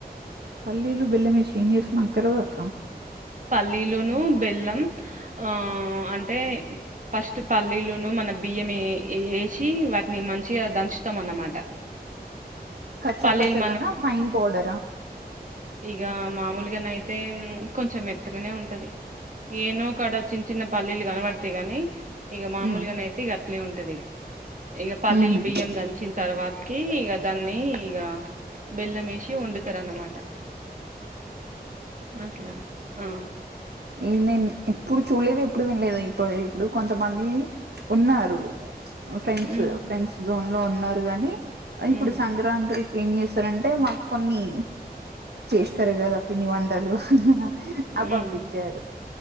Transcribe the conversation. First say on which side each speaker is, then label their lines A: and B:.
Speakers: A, on the right; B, on the right.
A: పల్లీలు బెల్లం ఏం చేస్తాం అంటరు కదక్క
B: పల్లీలును బెల్లం ఆ అంటే ఫస్ట్ పల్లీలును మన బియ్యం ఏ ఏ వేసి వాటిని మంచిగా దంచుతాం అన్నమాట
A: కచ్చ
B: పల్లీలు
A: పచ్చగానా ఫైన పౌడరా
B: ఇగ మామూలుగానయితే కొంచెం ఎ మేత్తగానే ఉంటది ఏనో కాడ చిన్న చిన్న పల్లీలు కనబడతాయి గాని ఈక మామూలుగాన
A: ఉమ్
B: యితి గ అట్లే ఉంటది ఇ ఇక పల్లీలు
A: ఉహు
B: బియ్యం దంచిన తర్వాతకి ఇక దాన్ని ఇక బెల్లమేసి వండుతారన్నమాట అట్లా ఆ
A: ఏమి నేను ఎప్పుడు చూడలేదు, ఎప్పుడు వినలేదు ఇప్పు ఇప్పుడు కొంతమంది ఉన్నారు ఫ్రెండ్సు
B: ఉమ్
A: ఫ్రెండ్స్ జోన్ లో ఉన్నారు గాని ఇప్పుడు
B: ఉమ్
A: సంగ్రాంతి ఏం చేస్తారంటే మాకు కొన్ని చేస్తారు కదా పిండి వంటలు ఆ
B: ఉమ్
A: పంపించారు